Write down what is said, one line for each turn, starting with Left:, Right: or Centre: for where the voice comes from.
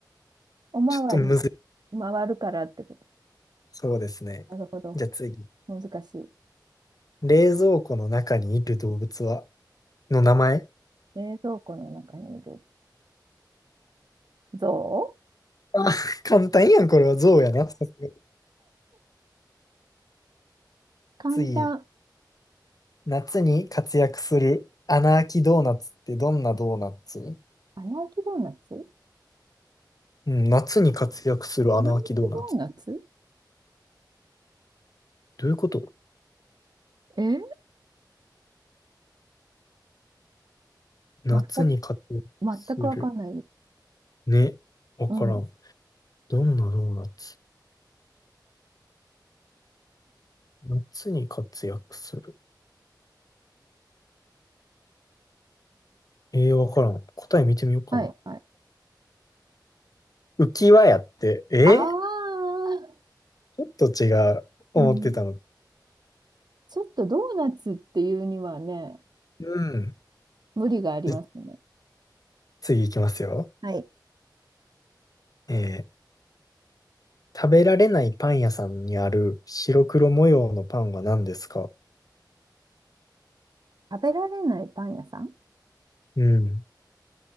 Right: おまわり、
Left: ちょっとむずい。
Right: 回るからってこと。
Left: そうですね。
Right: なるほど。
Left: じゃあ次。
Right: 難しい。
Left: 冷蔵庫の中にいる動物は、の名前
Right: 冷蔵庫の中にいる象
Left: あ、<laughs> 簡単やん、これは象やな。さすが
Right: 簡単。
Left: 次。夏に活躍する穴あきドーナツってどんなドーナツ
Right: 穴あきドーナツ穴
Left: うん、夏に活躍する穴あきドーナツ。
Right: あきドーナツ
Left: どういうこと
Right: え
Left: 夏に活躍する。
Right: 全く、全くわかんないです。
Left: ね。わからん。
Right: うん。うん
Left: どんなドーナツ夏に活躍する。えー、わからん。答え見てみようかな。
Right: はい、はい。
Left: 浮き輪やって、え
Right: ああ、
Left: ちょっと違う。
Right: うん。
Left: 思ってたの。
Right: ちょっとドーナツっていうにはね、
Left: うん。
Right: 無理がありますね。
Left: じ次行きますよ。
Right: はい。
Left: えー、食べられないパン屋さんにある白黒模様のパンは何ですか
Right: 食べられないパン屋さん
Left: うん。